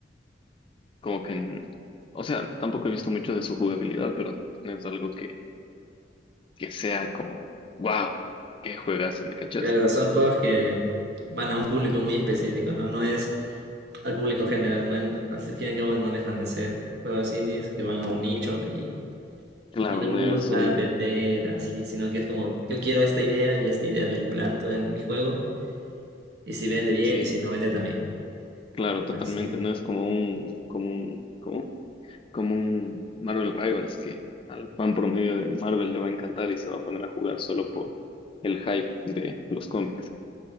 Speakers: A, on the left; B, on the right.
A: como que, n- o sea, tampoco he visto mucho de su jugabilidad, pero no es algo que, que sea como, wow, qué juegazo, ¿me cachas?
B: Claro, son juegos que van a un público muy específico, ¿no? No es al público general, ¿no? En- al fin y al cabo no dejan de ser juegos indies que van a un nicho y,
A: Claro,
B: y no
A: no
B: buscan
A: es un,
B: vender así, sino que es como, yo quiero esta idea y esta idea la implanto en mi juego Y si vende bien
A: sí,
B: y si no vende también.
A: claro, totalmente,
B: Así.
A: no es como un, como un, como, como un Marvel Rivals que al fan promedio de Marvel le va a encantar y se va a poner a jugar solo por el hype de los cómics.